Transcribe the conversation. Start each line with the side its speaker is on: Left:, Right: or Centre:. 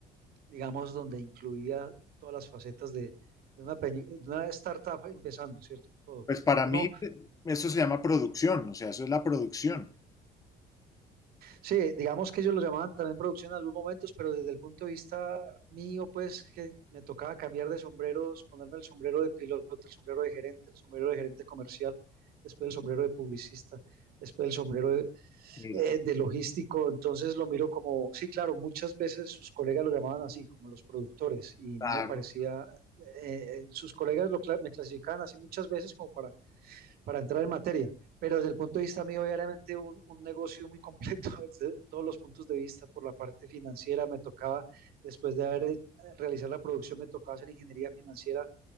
Right: digamos, donde incluía todas las facetas de, de una, peñi- de una startup empezando, ¿cierto? Todo.
Left: Pues para
Right: Uno
Left: mí eh, eso se llama producción, o sea, eso es la producción.
Right: Sí, digamos que ellos lo llamaban también producción en algunos momentos, pero desde el punto de vista mío, pues que me tocaba cambiar de sombreros, ponerme el sombrero de piloto, el sombrero de gerente, el sombrero de gerente comercial, después el sombrero de publicista, después el sombrero de,
Left: Mira,
Right: eh, de logístico. Entonces lo miro como, sí, claro, muchas veces sus colegas lo llamaban así, como los productores, y
Left: claro.
Right: no me parecía, eh, eh, sus colegas lo cla- me clasificaban así muchas veces como para para entrar en materia, pero desde el punto de vista mío, obviamente un, un negocio muy completo <laughs> desde todos los puntos de vista, por la parte financiera me tocaba, después de haber eh, realizado la producción, me tocaba hacer ingeniería financiera